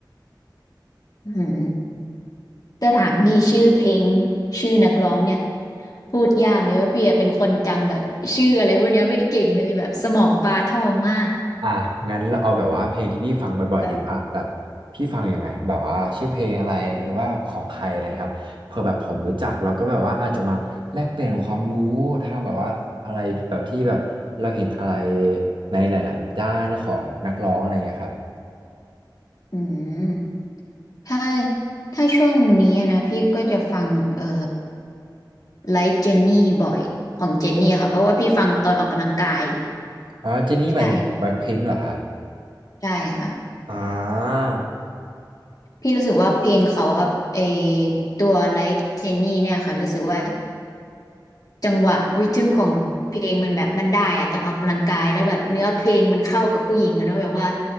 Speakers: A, on the left; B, on the right.
A: อืมจะถามมีชื่อเพลงชื่อนักร้องเนี่ย พูดยากเลยว่าพี่อะเป็นคนจำแบบชื่ออะไรพวกเนี้ยไม่เก่งเลยแบบสมองปลาทองมาก
B: อ่ะงั้นเราเอาแบบว่าเพลงที่พี่ฟังบ่อยๆดีกว่าแบบพี่ฟังยังไงแบบว่าชื่อเพลงอะไรหรือว่าของใครอะไรครับเผื่อแบบผมรู้จักเราก็แบบว่าอาจจะมาแลกเปลี่ยนความรู้ทางแบบว่าอะไรแบบที่แบบเราเห็นอะไร
A: แบบ
B: ในหลายๆด้านของนักร้องอะไรเงี้ยครับ
A: อืมถ้าถ้าช่วงนี้อะนะพี่ก็จะฟังเอ่อไลฟ์เจนนี่บ่อยของเจนนี่ค่ะเพราะว่าพี่ฟังตอนออกกำลังกาย
B: อ๋อเจนนี่หมายถึงแบล็คพิงค์เหรอครับ
A: ใช่ใช่ค่ะ
B: อ่า
A: พี่รู้สึกว่าเพลงเขาอะไอตัว Like Jenny เนี่ยค่ะรู้สึกว่าจังหวะริทึมของเพลงมันแบบมันได้อะตอนออกกำลังกายแล้วแบบเนื้อเพลงมันเข้ากับผู้หญิงอะเนาะแบบว่า